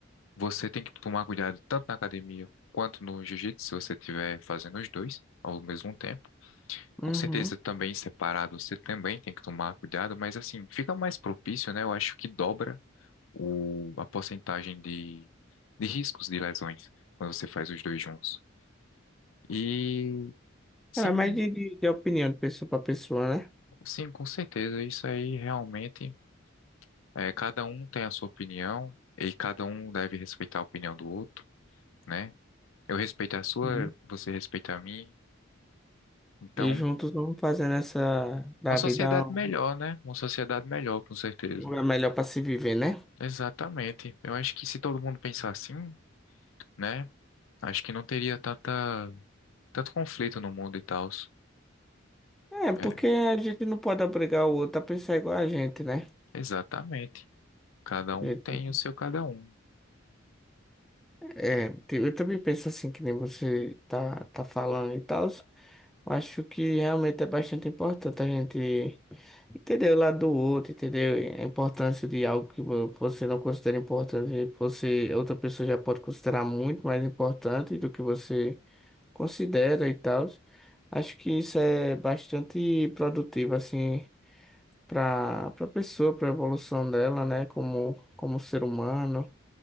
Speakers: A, on the left; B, in the centre.
A: você tem que tomar cuidado tanto na academia quanto no jiu-jitsu, se você estiver fazendo os dois ao mesmo tempo. Com
B: Uhum.
A: certeza, também separado, você também tem que tomar cuidado, mas assim, fica mais propício, né? Eu acho que dobra o, a porcentagem de, de riscos de lesões quando você faz os dois juntos. E Sim,
B: É, mas é mais de, de opinião de pessoa para pessoa, né?
A: sim, com certeza. Isso aí realmente é, cada um tem a sua opinião e cada um deve respeitar a opinião do outro, né? Eu respeito a sua,
B: Uhum.
A: você respeita a minha. Então,
B: E juntos vamos fazendo essa da
A: uma sociedade
B: vida um
A: melhor, né? Uma sociedade melhor, com certeza.
B: lugar melhor para se viver, né?
A: Exatamente. Eu acho que se todo mundo pensar assim, né? Acho que não teria tanta, tanto conflito no mundo e tal.
B: É, porque
A: É,
B: a gente não pode obrigar o outro a pensar igual a gente, né?
A: exatamente. Cada um
B: A gente
A: tem
B: tem
A: o seu cada um.
B: É,
A: E
B: te- eu também penso assim, que nem você tá, tá falando e tal. Acho que realmente é bastante importante a gente entender o lado do outro, entender a importância de algo que vo- você não considera importante, você, outra pessoa já pode considerar muito mais importante do que você considera e tal. Acho que isso é bastante produtivo, assim, para para pessoa, para a evolução dela, né, como, como ser humano,